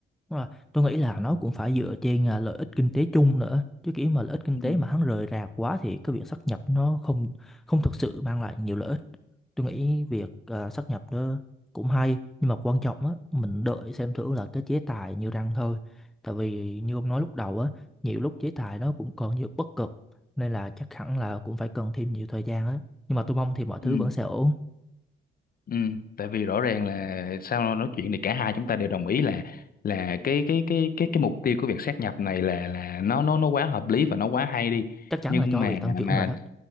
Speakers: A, in the centre; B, on the left.
A: Đúng rồi. Tôi nghĩ là nó cũng phải dựa trên à, lợi ích kinh tế chung nữa chứ kiểu mà lợi ích kinh
B: Ừ.
A: tế mà hắn rời rạc quá thì cái việc sáp nhập nó không không thực sự mang lại nhiều lợi ích Tôi nghĩ việc à, sát nhập nó cũng hay nhưng mà quan trọng á mình đợi xem thử là cái chế tài như răng thôi. Tại vì như ông nói lúc đầu á nhiều lúc chế tài nó cũng còn nhiều bất cập nên là chắc hẳn là cũng phải cần thêm nhiều thời gian á. Nhưng mà tôi mong thì mọi thứ
B: Ừ.
A: vẫn sẽ ổn.
B: Ừ, tại vì rõ ràng là sau nói chuyện thì cả hai chúng ta đều đồng ý là là cái cái cái cái cái mục tiêu của việc sát nhập này là là nó nó nó quá hợp lý và nó quá hay đi
A: Chắc chắn
B: nhưng
A: là cho
B: mà
A: việc tăng trưởng
B: mà
A: rồi đó.